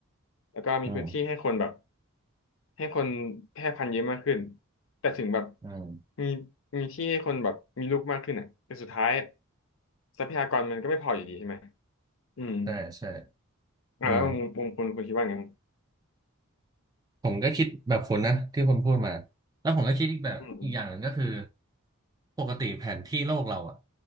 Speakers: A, on the left (about 60°); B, on the right (about 15°).
A: แล้วก็มีพื้นที่ให้คนแบบ
B: อืม
A: ให้คนแพร่พันธุ์เยอะมากขึ้นแต่ถึงแบบ
B: อืม
A: มีมีที่ให้คนแบบมีลูกมากขึ้นอ่ะแต่สุดท้ายทรัพยากรมันก็ไม่พออยู่ดีใช่ไหมอืม
B: ใช่ใช่
A: อ่าแล้วมุมมุมคุณคุณคิดว่าไงครับ
B: อืม ผมก็คิดแบบคุณนะที่คุณพูดมาแล้วผมก็คิดอีกแบบอีกอย่างหนึ่งก็คือ
A: อืมอืม
B: ปกติแผนที่โลกเราอ่ะ